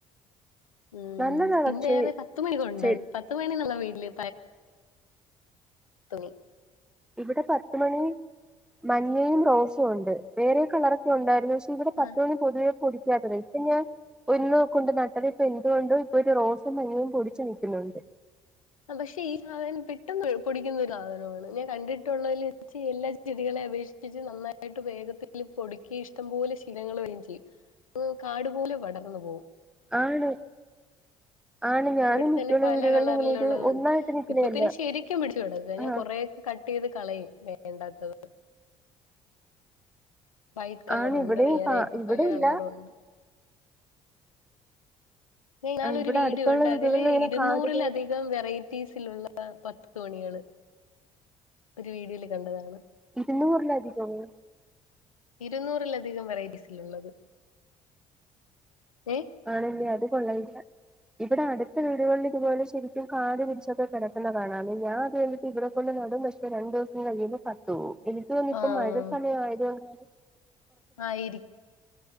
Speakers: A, on the left; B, in the centre.
A: ഉം
B: നല്ലതാ
A: പിന്നെ
B: പക്ഷേ
A: ഏറെ പത്തുമണി കൊണ്ട
B: ചെടി
A: പത്ത്മണി നല്ല വീട്ടില് <unintelligible>
B: ഇവിടെ പത്തുമണി മഞ്ഞയും റോസും ഒണ്ട് വേറെ കളറൊക്കെ ഒണ്ടാരുന്നു പ ഇവിടെ പത്ത്
A: ആഹ്
B: മണി പൊതുവെ പുടിക്കാത്ത ടൈ ഇപ്പ ഞാ ഒന്ന് കൊണ്ട് നട്ടത് ഇപ്പോ എന്തുകൊണ്ടോ ഇപ്പോരു റോസും മഞ്ഞയും പൊടിച്ച് നിക്കുന്നോണ്ട്
A: പക്ഷേ ഈ സാധനം പെട്ടെന്ന് പൊടിക്കുന്ന ഒരു സാധനവാണ് ഞാൻ കണ്ടിട്ടുള്ളതിൽ എല്ലാ ചെടികളെ അപേക്ഷിച്ച് നന്നായിട്ട് വേഗത്തില് പൊടക്കി ഇഷ്ടംപോലെ ശീലകള് വരേം ചെയ്യും കാടുപോലെ പടർന്നു പോവും
B: ആണ് ആണ് ഞാനും
A: ഇവിടെ
B: മിക്കുള്ള
A: തന്നെ പല
B: വീടുകളിൽ
A: കളറിലൊള്ളതുണ്ട്
B: ഇങ്ങനെ ഇത് ഒന്നായിട്ട് നിൽക്കുന്നതല്ല
A: ഇപ്പോ പിന്നെ ശെരിക്കും പിടിച്ചു <unintelligible> കഴിഞ്ഞാ
B: ആ
A: കൊറെക്കെ കട്ട് ചെയ്ത് കളയും വേണ്ടാത്തത് വൈറ്റ് കളറുണ്ട്
B: ആണ് ഇവിടെയും
A: വേറെക്കെ
B: കാ ഇവിടെ
A: പല
B: ഇല്ല
A: കളറുവോണ്ട് ഞാ ഇന്നാളൊരു
B: ഇവിടെ
A: ഒരു വീട്
B: അടുത്തുള്ള
A: കണ്ട്
B: വീടുകളിൽ
A: അതില്
B: ഇങ്ങനെ
A: ഇരുന്നൂറിലധികം
B: കാട് പോലെ
A: വെറൈറ്റീസിലുള്ള പത്ത് തോണികള് ഒരു വീഡിയോല് കണ്ടതാണ്
B: ഇരുന്നൂറിലധികവോ
A: ഇരുന്നൂറില ധികം വെറൈറ്റീസിലുള്ളത് ഏ
B: ആണല്ല്യെ അത് കൊള്ള <unintelligible> ഇവിടെ അടുത്ത വീടുകളില് ഇതുപോലെ ശെരിക്കും കാടു പിടിച്ചൊക്കെ കെടക്കുന്ന കാണാം ഞാ അത് കണ്ടിട്ട് ഇവിടെ കൊണ്ട് നടും പക്ഷേ രണ്ടു ദിവസം കഴിയുമ്പോ പട്ടുപോവും എനിക്ക് തോന്നിപ്പോ
A: ആഹ്
B: മഴ സമയം ആയതു കൊണ്ടാണ്
A: ആയിരി